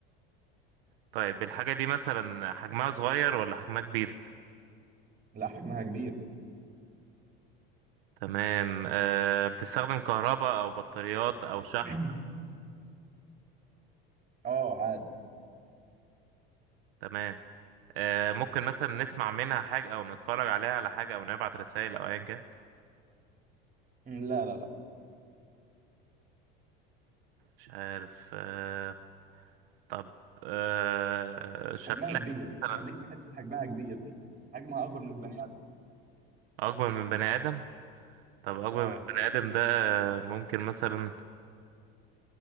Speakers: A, on the right (about 80°); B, on the right (about 30°).
A: طيب الحاجه دي مثلا حجمها صغير ولا حجمها كبير
B: لا حجمها كبير
A: تمام أه بتستخدم كهرباء او بطاريات او شحن
B: <clears throat> اه عادي
A: تمام أه ممكن مثلا نسمع منها حاجة او نتفرج عليها على حاجة او نبعت رسائل او ايا كان
B: لا لا لا
A: مش عارف أه طب أه شكلها
B: حجمها كبير
A: مثلا
B: خليك في حته حجمها كبير دي حجمها اكبر من البني ادم
A: اكبر من بني ادم طب اكبر
B: اه
A: من بني ادم ده آه، ممكن مثلا